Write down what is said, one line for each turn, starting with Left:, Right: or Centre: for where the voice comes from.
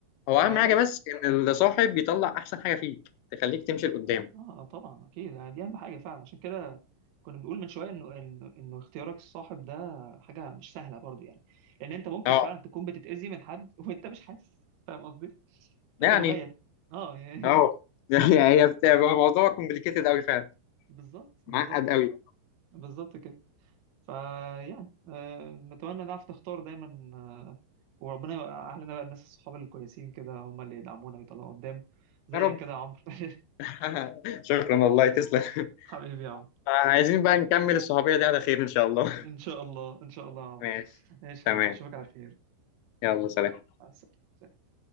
Left: هو
Right: فبس
Left: اهم حاجه بس ان الصاحب بيطلع احسن حاجه فيك تخليك تمشي لقدام
Right: اه طبعا اكيد يعني دي اهم حاجه فعلا عشان كده كنا بنقول من شويه انه انه إنه اختيارك الصاحب ده حاجه مش سهله برضو يعني لان انت ممكن
Left: اه
Right: فعلا تكون بتتاذي من حد <laughs> وانت مش حاسس فاهم قصدي
Left: يعني
Right: انت مغيب اه يعني
Left: اه <laughs> يعني هي بتبقى موضوع كومبليكيتد قوي فعلا
Right: <laughs> بالظبط بالظبط
Left: معقد قوي
Right: بالظبط كده فيعني آه، نتمنى نعرف نختار دايما آه، وربنا يوقع لنا بقى الناس الصحاب الكويسين كده هم اللي يدعمونا ويطلعونا قدام زيك
Left: يا رب
Right: كده يا عمرو <laughs>
Left: <laughs> شكرا والله تسلم <laughs>
Right: حبيبي يا عمرو
Left: عايزين بقى نكمل الصحوبيه دي على خير ان شاء الله
Right: ان شاء الله ان شاء الله يا عمرو
Left: ماشي
Right: ماشي حبيبي
Left: تمام
Right: اشوفك على خير
Left: يلا
Right: يلا
Left: سلام
Right: مع السلامة